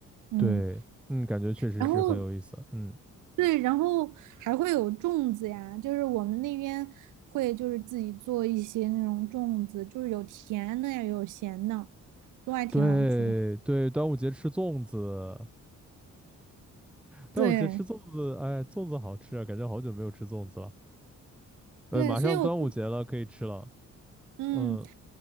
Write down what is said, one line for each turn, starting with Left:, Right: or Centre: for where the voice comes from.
Right: 嗯，
Centre: 对，嗯，感觉确实是很有意思。
Right: 然后
Centre: 嗯，
Right: 对，然后还会有粽子呀，就是我们那边会就是自己做一些那种粽子，就是有甜的呀，有咸的，都还挺好吃的，
Centre: 对对，端午节吃粽子。端午节吃粽子，
Right: 对。
Centre: 哎，粽子好吃啊，感觉好久没有吃粽子了。呃，
Right: 对，
Centre: 马上端午节了，
Right: 所以我就
Centre: 可以吃了。
Right: 嗯，
Centre: 嗯